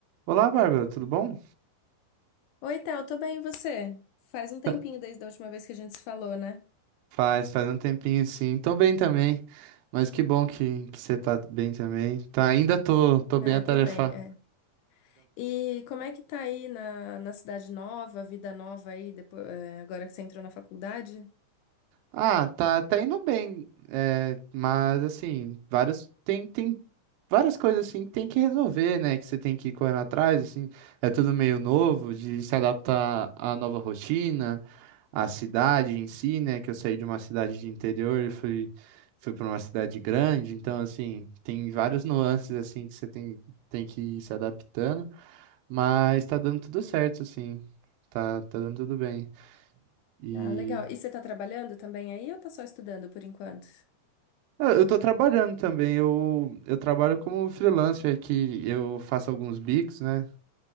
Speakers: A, on the right; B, on the left.
A: Olá, Bárbara, tudo bom?
B: Oi, Tal, tô bem, e você? Faz um
A: Tá.
B: tempinho desde a última vez que a gente se falou, né?
A: Faz, faz um tempinho sim. Tô bem também, mas que bom que, que você tá bem também. Tá, ainda tô, tô bem
B: Ah,
A: atarefado,
B: tô bem, é. E como é que tá aí na, na cidade nova, vida nova aí, depois, é, agora que você entrou na faculdade?
A: Ah, tá, tá indo bem, é, mas assim, vários tem, tem várias coisas assim que tem que resolver, né? Que você tem que ir correndo atrás, assim, é tudo meio novo, de se adaptar à nova rotina, à cidade em si, né? Que eu saí de uma cidade de interior e fui, fui para uma cidade grande, então assim, tem vários nuances assim que você tem, tem que ir se adaptando, mas tá dando tudo certo, assim, tá, tá dando tudo bem. e
B: Ah, legal. E você tá trabalhando também aí ou tá só estudando por enquanto?
A: Ah, Eu tô trabalhando também. Eu, eu trabalho como freelancer que eu faço alguns bicos, né?